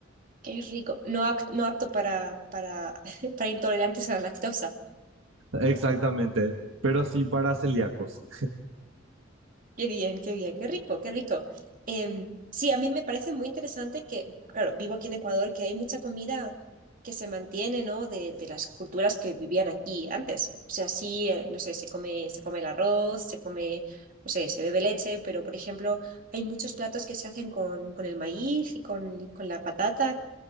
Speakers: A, on the right (about 45°); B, on the right (about 70°).
A: Qué rico. No, act- no apto para, para, <laughs> para intolerantes a la lactosa.
B: Exactamente, pero sí para celíacos.
A: Qué bien, qué bien, qué rico, qué rico. Em, sí, a mí me parece muy interesante que, claro, vivo aquí en Ecuador, que hay mucha comida que se mantiene, ¿no? De, de las culturas que vivían aquí antes. O sea, sí, eh, no sé, se come, se come el arroz, se come, no sé, se bebe leche, pero por ejemplo, hay muchos platos que se hacen con, con el maíz y con, y con la patata